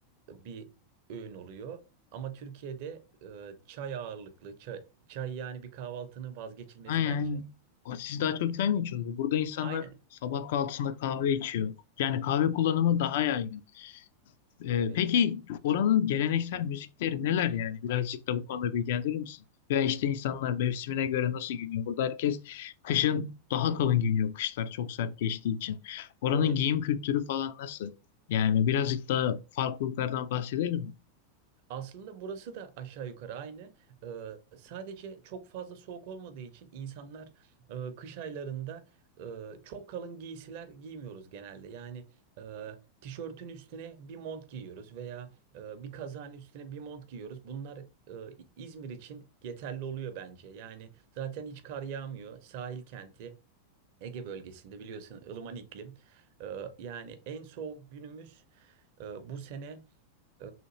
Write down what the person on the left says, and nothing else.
Aynen.
aynen. O, Siz daha çok çay mı içiyorsunuz? Burada insanlar
sabah kahvaltısında kahve içiyor. Yani kahve kullanımı daha yaygın. Ee,
peki oranın geleneksel müzikleri neler yani? Birazcık da bu konuda bilgilendirir misin? Veya işte insanlar mevsimine göre nasıl giyiniyor? Burada herkes kışın daha kalın giyiniyor. Kışlar çok sert geçtiği için. Oranın
giyim kültürü falan nasıl? Yani birazcık daha farklılıklardan bahsedelim mi?